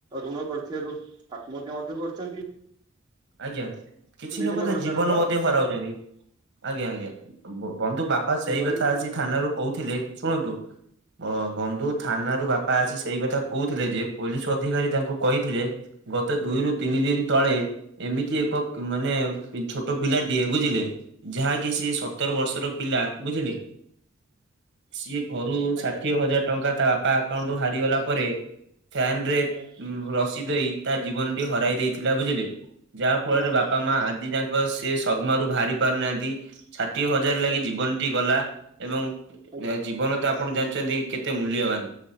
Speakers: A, on the right (about 20°); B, on the right (about 55°).
A: ଋଣ କରିଥିବାରୁ ଆତ୍ମହତ୍ୟା ମଧ୍ୟ କରୁଛନ୍ତି।
B: ଆଜ୍ଞା କିଛି
A: ବିଭିନ୍ନ
B: ଲୋକ ତ
A: ପ୍ରକାରର
B: ଜୀବନ ମଧ୍ୟ ହରାଉଛନ୍ତି। ଆଜ୍ଞା ଆଜ୍ଞା ବନ୍ଧୁ ବାପା
A: ସେଇଭଳି
B: ସେଇ କଥା
A: ହୁଁ
B: ଆସି ଥାନ ରୁ କହୁଥିଲେ। ଶୁଣନ୍ତୁ ବନ୍ଧୁ ଥାନ ର ବାପ ପା ଆସି ସେଇ କଥା କହୁଥିଲେ ଯେ ପୋଲିସ ଅଧିକାରୀ ତାଙ୍କୁ କହିଥିଲେ ଗତ ଦୁଇରୁ ତିନି
A: ହୁଁ
B: ଦିନ ତଳେ ଏମିତି ଏକ ମାନେ ଛୋଟ ପିଲାଟିଏ ବୁଝିଲେ। ଯାହାକି ସିଏ ସତର ବର୍ଷର ପିଲା ବୁଝିଲେ। ସିଏ ଘରୁ
A: ଆଜ୍ଞା
B: ଷାଠିଏ ହଜାର ଟଙ୍କା ତା ବାପା ଆକାଉଣ୍ଟୁ ହାରିଗଲା ପରେ ଫ୍ୟାନ ରେ
A: ଆଜ୍ଞା
B: ରସି ଦେଇ ତା ଜୀବନଟି ହରାଇ ଦେଇଥିଲା ବୋଲି ବୁଝିଲେ। ଯାହା ଫଳରେ
A: ଆଜ୍ଞା ବନ୍ଧୁ
B: ବାପା ମା ଆଜି ଯାକ ସେ ଶଗ୍ମାରୁରୁ ବାହାରି ପାରୁନାହାନ୍ତି। ଷାଠିଏ ହଜାର
A: ଆଜ୍ଞା
B: ଲାଗି ଜୀବନଟି ଗଲା ଏବଂ
A: ଆଜ୍ଞା
B: ଜୀବନ ତା ଆପଣ ଜାଣିଛନ୍ତି କେତେ ମୂଲ୍ୟବାନ